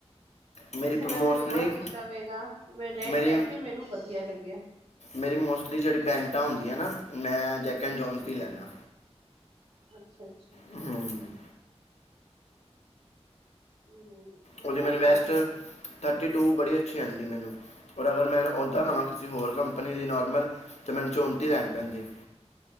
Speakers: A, on the left; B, on the right.
A: ਮੇਰੀ
B: ਵੈਸੇ ਮੈਂ
A: ਮੋਸਟਲੀ
B: ਪਿਊਮਾ ਕੀਤਾ ਵੇਗਾ ਮੈਂ ਰੈਡ
A: ਮੇਰੀ
B: ਟੈਪ ਵੀ ਮੈਨੂੰ ਵਧੀਆ ਲੱਗਿਆ।
A: ਮੇਰੀ ਮੋਸਟਲੀ ਜਿਹੜੀ ਪੈਂਟਾਂ ਹੁੰਦੀਆਂ ਨਾ ਮੈਂ ਜੈਕ
B: ਹੂੰ
A: ਐਂਡ ਜਨਸ
B: ਹੂੰ।
A: ਦੀ ਲੈਂਦਾ।
B: ਅੱਛਾ। ਅੱਛਾ
A: ਹਮ।
B: ਨਹੀਂ। ਉਹ
A: ਉਹਦੀ ਮੈਨ
B: ਆਪਾਂ
A: ਬੈਸਟ।
B: ਯੂਜ
A: ਫੌਟੀ ਟੂ ਬੜੀ ਅੱਛੀ ਆਉਂਦੀ ਮੈਨੂੰ ਔਰ ਅਗਰ ਮੈਂ ਉੱਦਾਂ ਲਵਾਂ ਕਿਸੇ ਹੋਰ ਕੰਪਨੀ ਦੀ ਨੋਰਮਲ। ਤੇ ਮੈਨੂੰ ਚੌਣਤੀ ਲੈਣੀ ਪੈਂਦੀ ਹੈ।